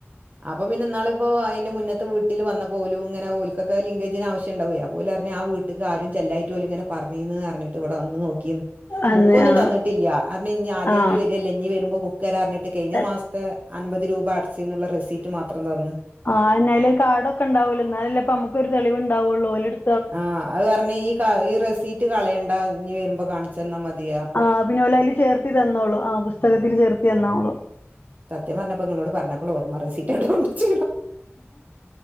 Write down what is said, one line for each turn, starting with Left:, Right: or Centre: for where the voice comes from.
Right: അപ്പൊ പിന്നെന്നാളിപ്പോ അയിന്റെ മുന്നത്ത് വീട്ടില് വന്നപ്പം ഓലുംഇങ്ങനെ ഓൽകൊക്കെ ലിങ്കേജിന് ആവശ്യംണ്ടാവെ ഓല് റഞ്ഞ് ആ വീട്ട്ക്കാരും ചെല്ലയ്ട്ട് ഓല്ങ്ങനെ പറീന്ന്ന്ന് പറഞ്ഞിട്ട് ഇവിടെ വന്ന് നോക്കീന്ന്
Left: അന്ന്
Right: ബുക്കൊന്നും
Left: ആ
Right: തന്നിട്ടില്ല <unintelligible> ഇഞ്ഞി ആദ്യ
Left: ആ
Right: ആയിട്ട് വരല്ലേ ഇഞ്ഞി വരുമ്പോ ബുക്ക് തരാറിഞ്ഞിട്ട് കഴിഞ്ഞ
Left: ആ
Right: മാസത്തെ അൻപത് രൂപ അടച്ച എന്നുള്ള റിസീപറ്റ് മാത്രം തന്ന്
Left: ആഹ് അതന്നെ അയല്ഒരു കാടൊക്കെണ്ടാവല്ലോ എന്നാലല്ലേ അപ്പംനമ്മക്കെരു തെളിവു ഉണ്ടാവുകയുള്ളൂ അയില്ട്
Right: ആഹ് അത് പറഞ്ഞ ഈ കാ ഈ റെസീറ്റ് കളയണ്ട ഇഞ്ഞ് വരുമ്പോ കാണിച്ചന്നാ മതിയാ
Left: ആഹ് പിന്നെ അതില് ചേർത്തി തന്നോളു ആഹ് പുസ്തകത്തിൽ ചേർത്തി തന്നോളൂ
Right: സത്യം പറഞ്ഞപ്പോ നിങ്ങളോട് പറഞ്ഞപ്പോൾ ഓർമ റസീപ്റ്റ് എവിടെ കൊണ്ട് വെച